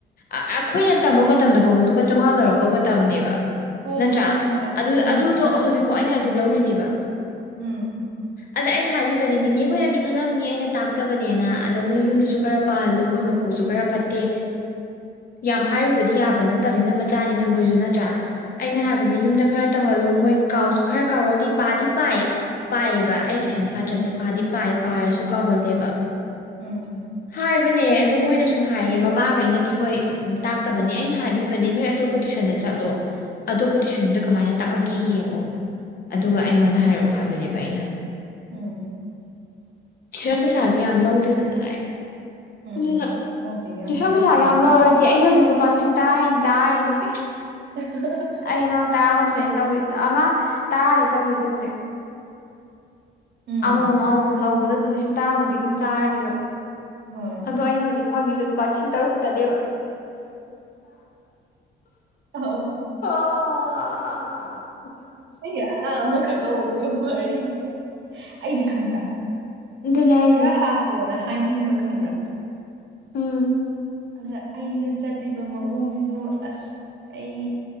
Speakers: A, on the left; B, on the right.
A: ꯑꯩꯈꯣꯏꯅ ꯇꯝꯕ ꯃꯇꯝꯗ ꯐꯥꯎꯗ ꯂꯨꯄꯥ ꯆꯥꯝꯃꯉꯥ ꯂꯧꯔꯛꯄ ꯃꯇꯝꯅꯦꯕ
B: ꯍꯣ
A: ꯅꯠꯇ꯭ꯔꯥ
B: ꯍꯣ ꯍꯣꯏ
A: ꯑꯗꯨ
B: ꯎꯝ
A: ꯑꯗꯨꯗꯣ ꯍꯧꯖꯤꯛꯐꯥꯎ ꯑꯩꯅ ꯑꯗꯨ ꯂꯧꯔꯤꯅꯦꯕ
B: ꯎꯝ
A: ꯑꯗ ꯑꯩꯅꯍꯥꯏꯔꯤꯕꯅꯦ ꯅꯦꯅꯦ ꯈꯣꯏꯅꯗꯤ ꯈꯜꯂꯝꯅꯤ ꯑꯩꯅ ꯇꯥꯛꯇꯕꯅꯦꯅ ꯑꯗꯣ ꯅꯣꯏ ꯌꯨꯝꯗꯁꯨ ꯈꯔ ꯄꯥꯍꯜꯂꯨ ꯃꯣꯏ ꯃꯈꯣꯛꯁꯨ ꯈꯔ ꯄꯠꯇꯦ ꯌꯥꯝ ꯍꯥꯏꯔꯨꯕꯗꯤ ꯌꯥꯕ ꯅꯠꯇꯕꯅꯤꯅ ꯃꯆꯥꯅꯤꯅ ꯃꯣꯏꯁꯨ ꯅꯠꯇ꯭ꯔꯥ ꯑꯩꯅ
B: ꯎꯝ
A: ꯍꯥꯏꯕꯗꯤ ꯌꯨꯝꯗ ꯈꯔ ꯇꯍꯜꯂꯣ ꯃꯣꯏ ꯀꯥꯎꯁꯨ ꯈꯔ ꯀꯋꯂꯤ ꯄꯥꯗꯤ ꯄꯥꯏ ꯄꯥꯏꯕ ꯑꯩ ꯇ꯭ꯋꯏꯁꯟ ꯁꯥꯇ꯭ꯔꯁꯦ
B: ꯎꯝ
A: ꯄꯗꯤ ꯄꯥꯏ
B: ꯎꯝ
A: ꯄꯥꯔꯁꯨ ꯀꯥꯎꯒꯜꯂꯦꯕ
B: ꯎꯝ
A: ꯍꯥꯏꯕꯅꯦ ꯑꯗꯣ ꯃꯣꯏꯅꯁꯨ ꯍꯥꯏꯌꯦ ꯃꯄꯥꯈꯩꯅꯗꯤ ꯍꯣꯏ ꯇꯥꯛꯇꯕꯅꯦ ꯑꯩꯅ ꯍꯥꯏꯕꯤꯕꯅꯦ ꯅꯣꯏ ꯑꯇꯣꯞꯄ ꯣ ꯇꯁꯟꯗ ꯆꯠꯂꯣ ꯑꯇꯣꯞꯄ ꯇꯨꯏꯁꯟꯗꯨꯗ ꯀꯃꯥꯏꯅ ꯇꯥꯛꯂꯛꯀꯦ ꯌꯦꯡꯉꯣ ꯑꯗꯨꯒ
B: ꯎꯝ
A: ꯑꯩꯉꯣꯟꯗ ꯍꯥꯏꯔꯛꯑꯣ ꯍꯥꯏꯕꯅꯦꯕ ꯑꯩꯅ
B: ꯎꯝ
A: ꯇꯨꯁꯟ ꯄꯩꯁꯥꯥꯁ ꯌꯥꯝ ꯂꯧꯗꯦꯗꯅ ꯑꯩ
B: ꯎꯝ
A: ꯑꯗꯨꯅ
B: ꯂꯧꯗꯦꯍꯦ ꯌꯥꯝ
A: ꯇꯨꯏꯁꯟ
B: ꯊꯤ ꯂꯧꯗꯦꯍꯦ
A: ꯄꯩꯁꯥ ꯌꯥꯝ ꯂꯧꯔ ꯁꯤ ꯑꯩ ꯍꯧꯖꯤꯛ ꯅꯨꯨꯄꯥꯗꯤ ꯁꯛꯇꯥ ꯍꯦꯟꯅ ꯆꯥꯔꯅꯤ ꯅꯨꯄꯤ
B: <unintelligible>
A: ꯑꯩ ꯑꯉꯥꯡ ꯇꯔꯥꯃꯥꯊꯣꯏꯅꯤ ꯇꯧꯔꯤ ꯑꯉꯥꯡ ꯇꯔꯥꯗꯤ ꯇꯧꯔꯤꯁꯦ ꯍꯧꯖꯤꯛ
B: ꯎꯝ
A: ꯑꯃꯃꯝ ꯑꯃꯃꯝ ꯂꯧꯕꯗ ꯑꯗꯨꯝ ꯂꯤꯁꯤꯡ ꯇꯔꯥꯃꯨꯛꯇꯤ ꯑꯗꯨꯝ ꯆꯥꯔꯅꯤꯕ ꯑꯩ
B: ꯍꯣꯏ
A: ꯑꯗꯣ ꯑꯩꯅ ꯍꯧꯖꯤꯛ ꯐꯪꯉꯤꯁꯁꯦ ꯂꯨꯄꯥ ꯂꯤꯁꯤꯡ ꯇꯔꯨꯛ ꯈꯛꯇꯅꯦꯕ
B: ꯍꯥꯎ
A: ꯑꯣ
B: ꯑꯩ ꯑꯉꯥꯡ ꯑꯃꯈꯛ ꯇꯧꯕꯗꯨ ꯋꯥꯔꯤꯅꯦ ꯑꯩꯁꯦ ꯈꯪꯕ꯭ꯔꯥ
A: ꯑꯗꯨꯅꯦ ꯍꯥꯏꯁꯦ
B: ꯈꯔ ꯍꯥꯞꯄꯣꯅ ꯍꯥꯏꯅꯤꯡꯕ ꯈꯪꯕ꯭ꯔꯥ
A: ꯎꯝ
B: ꯑꯗ ꯑꯩꯗ ꯆꯠꯂꯤꯕ ꯃꯑꯣꯡꯁꯤꯁꯨ ꯑꯁ ꯑꯩ